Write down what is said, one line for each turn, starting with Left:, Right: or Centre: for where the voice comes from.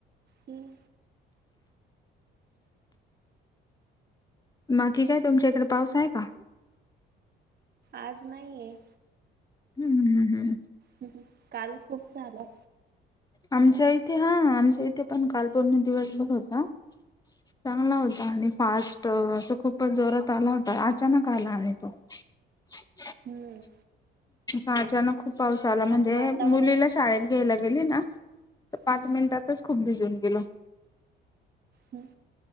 Right: हम्.
Left: बाकी काय तुमच्या इकडे पाऊस आहे का?
Right: आज नाहीये.
Left: हुं. हुं. हुं. ह.
Right: ह काल खूप झाला.
Left: आमच्या इथे हा. आमच्या इथे पण काल पूर्ण दिवसभर होता. चांगला होता. आणि फास्ट. असं खूपच जोरात आला होता अचानक आला आणि तो. <unintelligible>
Right: हुं.
Left: हा अचानक खूप पाऊस आला. म्हणजे
Right: वातावरण
Left: मुलीला शाळेत घ्यायला गेली ना. तर पाच
Right: हम्म,
Left: मिनिटातच खूप भिजून गेलो.
Right: हम